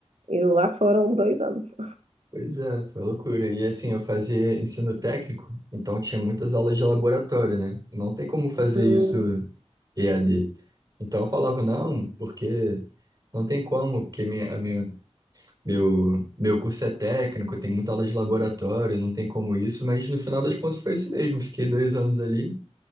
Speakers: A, on the right; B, on the right.
A: E lá foram dois anos.
B: Pois é, foi loucura. E assim, eu fazia ensino técnico, então tinha muitas aulas de laboratório, né? E Não tem como fazer
A: Hum,
B: isso EAD. Então eu falava, não, porque não tem como, porque minha, a minha, meu, meu curso é técnico, tem muita aula de laboratório, não tem como isso, mas no final das contas foi isso mesmo. Fiquei dois anos ali